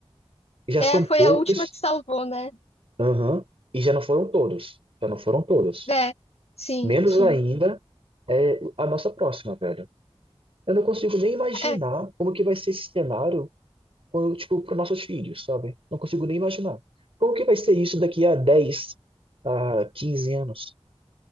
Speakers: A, on the right; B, on the left.
A: já
B: É,
A: são
B: foi
A: poucos,
B: a última que salvou, né?
A: aham, e já não foram todos. Já não foram todos.
B: É, sim,
A: Menos
B: sim.
A: ainda é a nossa próxima, velho. Eu não consigo nem imaginar
B: É,
A: como que vai ser esse cenário quando, tipo, para nossos filhos, sabe? Não consigo nem imaginar. Como que vai ser isso daqui a dez a quinze anos?